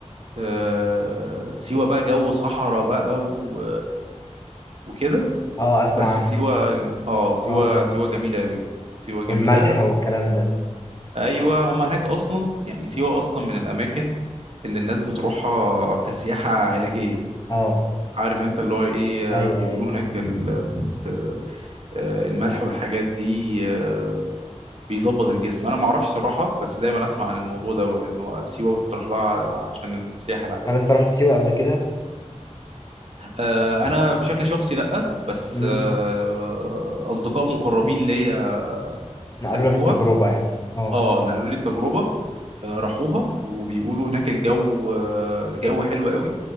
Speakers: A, on the right; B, on the left.
A: أه سيوه بقى جو صحراء بقى و- وكده
B: اه اسمع
A: بس
B: عنها
A: سيوه اه سيوه
B: اه
A: سيوه جميله قوي سيوه جميله
B: والملح والكلام ده
A: ايوه هم هناك اصلا يعني سيوه اصلا من الاماكن اللي الناس بتروحها كسياحه علاجيه
B: اه
A: عارف انت اللي هو ايه
B: ايوه
A: آه، بيقولوا
B: ايوه
A: هناك ال- بت- آه، الملح والحاجات دي آه، بيظبط الجسم انا ما اعرفش صراحه بس دايما اسمع عن الموضوع دوت انه سيوه بتروح لها عشان السياحه العلاجيه
B: طب انت رحت سيوه قبل كده
A: آه، انا بشكل شخصي لا بس
B: امم
A: آه، اصدقاء مقربين ليا
B: نقلوا
A: سافروها
B: لك التجربه يعني اه
A: اه نقلوا لي التجربه آه، راحوها وبيقولوا هناك الجو آه، الجو حلو قوي